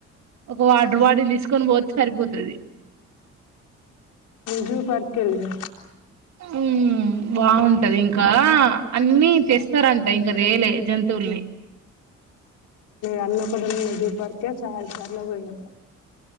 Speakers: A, on the right; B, on the left.
A: ఒక వాటర్ బాటిల్ తీసుకొని పోతే సరిపోతుంది.
B: జూ పార్క్ కెల్లిన.
A: హ్మ్ బాగుంటది ఇంకా. అన్నీ తెస్తారంట, ఇంకా తేలే జంతువుల్ని.
B: అన్నీ ఒకదగ్గర ఉన్న జూపార్క్ కే చాలా సార్లు పోయినాం.